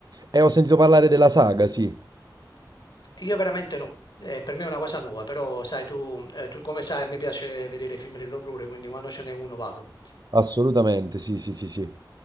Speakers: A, on the right; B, on the left.
A: E ho sentito parlare della saga, sì.
B: Io veramente no. Eh, per me è una cosa nuova, però sai tu, eh, tu come sai, mi piace vedere film dell'orrore, quindi quando ce n'è uno vado.
A: Assolutamente, sì, sì, sì, sì.